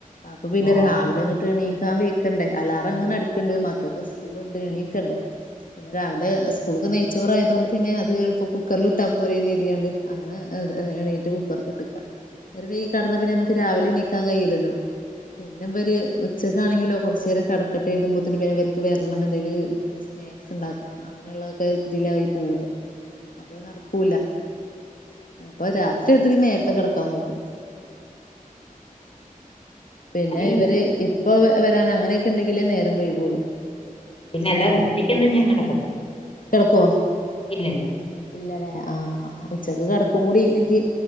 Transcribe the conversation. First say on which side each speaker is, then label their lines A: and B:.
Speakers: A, on the left; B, on the left.
A: അപ്പൊ പിന്നെ
B: ഓ
A: രാവിലെ അങ്ങോട്ട് എണീ- ക്കാൻ വയ്ക്കണ്ടേ അലാറം അങ്ങനെ അടക്കിണ്ട് മക്കക്ക് സ്കൂളുണ്ട് എണീക്കണ്ടേ പിന്നെ രാവിലെ സ്കൂൾക് നെയ്ച്ചോറായതോണ്ട് പിന്നെ അത് എളുപ്പം കുക്കറിൽ ഇട്ടാ പോരെയെന്ന് കരുതിയണ്ട് - അങ്ങനെ എണീറ്റ് കുക്കർക്കിട്ടേക്കുവാ നേരം വെയികി കടന്നാ പിന്നെ നമ്മക്ക് രാവിലെ എണീ- ക്കാൻ കഴിയില്ലല്ലോ പിന്നെ ഇവര്- ച്ചക്ക ആണെങ്കിലോ കൊറച്ച്നേരം കെടക്കട്ടെമ്പോഴുതിക്കേണ്ട പിന്നെ അവർക്ക് വെരണമെങ്കിൽ - സ്നാക്സ് ഇണ്ടാക്കണം അങ്ങനെള്ളതൊക്കെ ഇതിലായി പോവുലെ അപ്പൊ അത് നടക്കൂല അപ്പൊ രാത്രി എത്രേയും നേരത്തെ കെടക്കാൻ നോക്കും.
B: ഞാന്
A: പിന്നെ ഇവര് ഇപ്പൊ വരാൻ അങ്ങനെയൊക്കെണ്ടെങ്കിലേ നേരം വൈകുള്ളു
B: പിന്നെ അല്ല ഉച്ചക്കൊന്നും ഞാൻ കെടക്കത്തില്ല
A: കെടക്കുവോ
B: ഇല്ലയില്ല
A: ഇല്ലല്ലേ ആഹ ആഹ് ഉച്ചക്ക് കെടക്കും കൂടി ഇല്ലെകി